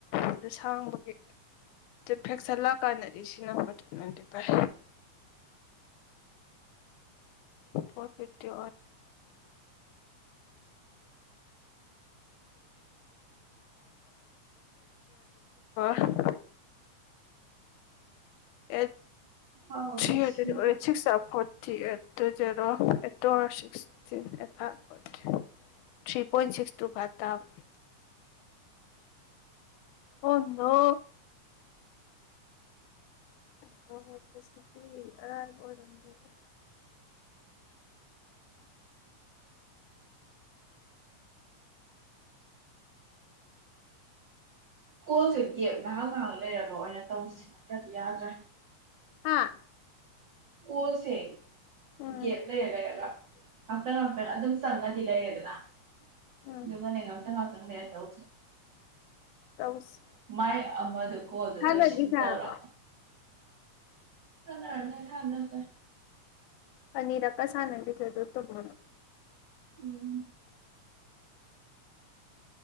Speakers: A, on the left; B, on the right.
A: ꯑꯗꯨ ꯁꯥꯡꯕꯒꯤ ꯐꯦꯛꯁꯟ ꯂꯥꯛꯀꯥꯟꯗꯗꯤ ꯁꯤꯅ ꯍꯅꯗꯤ ꯐꯥꯏ ꯋꯟꯋꯦꯟ ꯐ <unintelligible> ꯑꯦ
B: ꯁꯥꯎꯅ
A: ꯊ꯭ꯔꯤ ꯍꯟ꯭ꯔꯦꯠ
B: ꯁꯤꯔꯦ
A: ꯑꯣꯏ ꯁꯤꯛꯁ <unintelligible> ꯇꯤ ꯇꯨ ꯖꯦꯔꯣ ꯑꯦ ꯇꯣꯔꯣ sixteen eight five three point six two five ꯇꯥꯕ ꯍꯗꯣ <unintelligible>
B: ꯀꯣꯜꯁꯦ ꯒꯦꯞ ꯉꯥꯏꯍꯥꯛ ꯉꯥꯏꯍꯥꯛ ꯂꯩꯔꯒ ꯑꯣꯏꯅ ꯇꯧꯕꯁꯤ ꯅꯠꯇ꯭ꯔꯗꯤ ꯌꯥꯗ꯭ꯔꯦ
A: ꯍꯥꯥ
B: ꯑꯣꯜꯁꯦ
A: ꯎꯝ
B: ꯒꯦꯞ ꯂꯩꯔ <unintelligible> ꯑꯝꯇꯪ ꯑꯝꯇꯪ ꯑꯗꯨꯛ ꯆꯝꯅꯗꯤ ꯂꯩꯔꯦꯗ
A: ꯎꯝ
B: ꯑꯗꯨꯒꯅꯦ <unintelligible> ꯇꯧ
A: ꯇꯧꯁꯤ
B: ꯃꯥꯏ ꯑꯃꯗꯨ ꯍ ꯑꯗꯨ
A: ꯁꯥꯟꯅꯒꯤꯁꯦ
B: ꯗꯣ ꯁꯤꯜ ꯇꯧꯔꯥ
A: ꯍꯥꯏꯕ꯭ꯔꯣ
B: ꯖꯔ ꯂꯩꯦ ꯍꯅꯖꯔ
A: ꯑꯅꯤꯔ ꯀꯁ ꯑꯅꯟꯗꯤ ꯆꯗ ꯇꯣ ꯃꯅ
B: ꯎꯝ